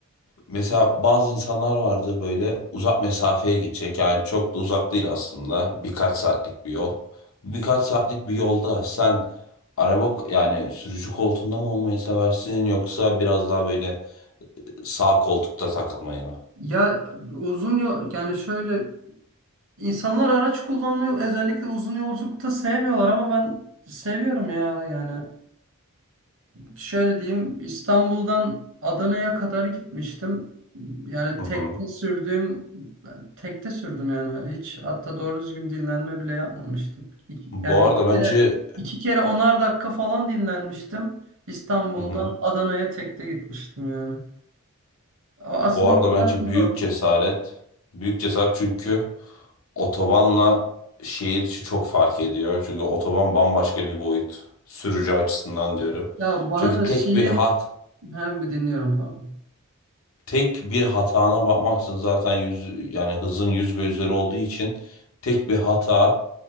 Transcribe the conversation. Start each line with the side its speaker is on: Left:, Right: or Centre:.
Left: Mesela bazı insanlar vardı böyle uzak mesafeye gidecek yani çok da uzak değil aslında birkaç saatlik bir yol. Birkaç saatlik bir yolda sen araba yani sürücü koltuğunda mı olmayı seversin yoksa biraz daha böyle sağ koltukta takılmayı mı?
Right: Ya uzun yol yani şöyle insanlar araç kullanmayı özellikle uzun yolculukta sevmiyorlar ama ben seviyorum ya yani. Şöyle diyeyim, İstanbul'dan Adana'ya kadar gitmiştim. Yani
Left: Hı
Right: tekte
Left: hı.
Right: sürdüğüm, tekte sürdüm yani. Hiç hatta doğru düzgün dinlenme bile yapmamıştım. İki-
Left: Bu
Right: yani iki
Left: arada
Right: kere,
Left: bence
Right: iki kere onar dakika falan dinlenmiştim. İstanbul'dan
Left: hı hı.
Right: Adana'ya tekte gitmiştim yani. O aslında
Left: Bu arada
Right: o
Left: bence
Right: kadar mı
Left: büyük
Right: zor?
Left: cesaret. Büyük cesaret çünkü otobanla şehir içi çok fark ediyor. Çünkü otoban bambaşka bir boyut sürücü açısından diyorum.
Right: Ya bana
Left: Çünkü
Right: da
Left: tek
Right: şehir...
Left: bir hat
Right: Hem dinliyorum pardon.
Left: tek bir hatana bakmaksın zaten yüz yani hızın yüz ve üzeri olduğu için tek bir hata